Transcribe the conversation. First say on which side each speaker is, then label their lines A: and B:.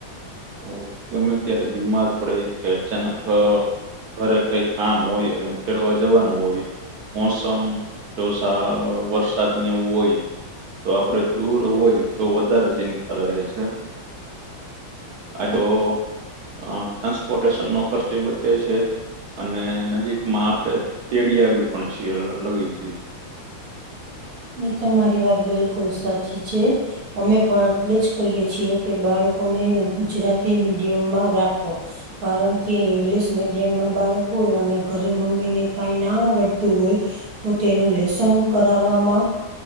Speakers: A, on the right; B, on the right.
A: હ, ગમે ત્યારે બીમાર પડે કે. અચાનક ઘરે કઈ કામ હોય, અને તેડવા જવાનું હોય. મોસમ જો વરસાદને એવું હોય. તો આપડે દૂર હોય, તો વધારે ચિંતા રહે છે. આ જો અ ટ્રાન્સપોટેશ નો ખર્ચય બચે છે અને નજીક મા આપ તે તેડીયાવી પણ છી લગી છે.
B: એ તમારી વાત બિલકુલ સાચી છે. અમે પણ એટલે જ કહીએ છીએ કે બાળકોને ગુજરાતી મીડિયમમાં રાખો. કારણ કે ઈંગ્લિશ મીડિયમમાં બાળકો હોય અને ઘરે મમ્મી ને કાઈ ના આવડતું હોય તો તેનું લેસન કરાવવામાં